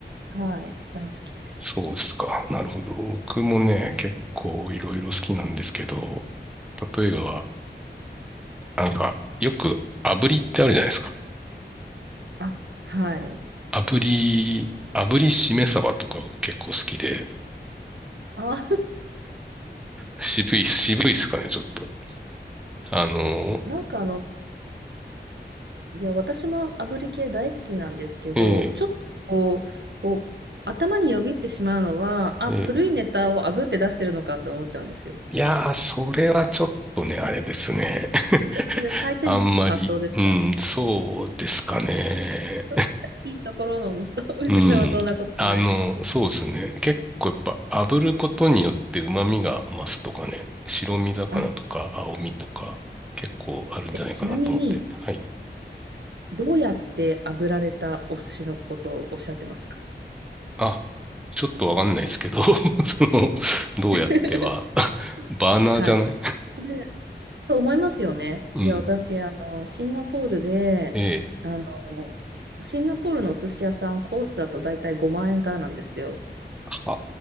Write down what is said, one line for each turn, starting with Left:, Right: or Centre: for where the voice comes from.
Right: はい、大好きです。
Centre: そうですか。なるほど。僕もね、
Right: うん
Centre: 結構いろいろ好きなんですけど、例えば、なんか、よく炙りってあるじゃないですか。
Right: あ、はい。
Centre: 炙り、炙りしめ鯖とか結構好きで、
Right: あ、
Centre: 渋い、渋いっすかね、ちょっと。あの、
Right: <laughs> なんかあの、いや、私も炙り系大好きなんですけど、
Centre: ええ、
Right: ちょっとこう、こう、頭によぎってしまうのは、あ、
Centre: ええ。
Right: 古いネタを炙って出してるのかって思っちゃうんですよ。
Centre: いやー、それはちょっとね、あれですね。
Right: それ回転寿司の発想ですか
Centre: <laughs> あんまり、うん、そうですかね。
Right: <laughs> いいところのお店 <laughs> お店ではそんなことない。
Centre: うん。あの、そうですね。結構やっぱ炙ることによって旨味が増すとかね、白身魚とか青身とか結構あるんじゃないかなと思って。
Right: あ、で、ちなみに、
Centre: はい。
Right: どうやって炙られたお寿司のことをおっしゃってますか
Centre: あ、ちょっとわかんないですけど、<laughs> その、どうやっては、
Right: <laughs>
Centre: <laughs> バーナーじゃない
Right: はい。それと思いますよね。
Centre: うん。
Right: いや、私、あの、シンガポールで、
Centre: ええ。
Right: あの、シンガポールのお寿司屋さん、コースだと大体5万円からなんですよ。
Centre: あ